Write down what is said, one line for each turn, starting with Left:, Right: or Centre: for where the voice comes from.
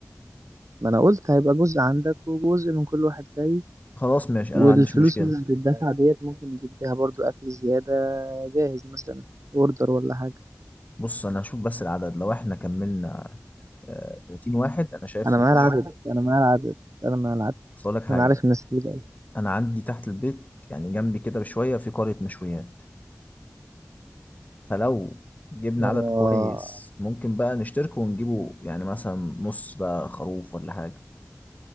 Right: ما انا قلت هيبقى جزء عندك وجزء من كل واحد جاي
Left: خلاص ماشي
Right: والفلوس
Left: انا ما عنديش مشكله
Right: اللي هتدفع ديت ممكن نجيب بيها برضو اكل زيادة جاهز مثلا اوردر ولا حاجة
Left: بص انا هشوف بس العدد لو احنا كملنا آه، 30 واحد انا شايف
Right: انا معايا
Left: نخش
Right: العدد انا معايا العدد انا معايا العدد
Left: بس اقول لك حاجه
Right: انا عارف الناس اللي جاية
Left: انا عندي تحت البيت يعني جنبي كده بشويه في قريه مشويات فلو جبنا
Right: اه
Left: عدد كويس ممكن بقى نشترك ونجيبه يعني مثلا نص بقى خروف ولا حاجه